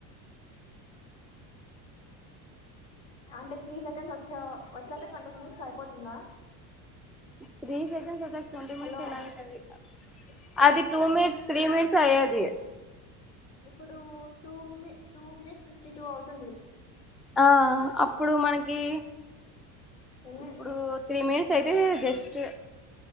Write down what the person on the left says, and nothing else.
అంటే త్రీ సెకండ్స్ వచ్ చ్చో వచ్చాక ట్వంటీ మినిట్స్ సైపో తుందా
హలో
ఇప్పుడు టూ మి టూ మినిట్స్ ఫిఫ్టీ టూ అవుతుంది
ఎన్ని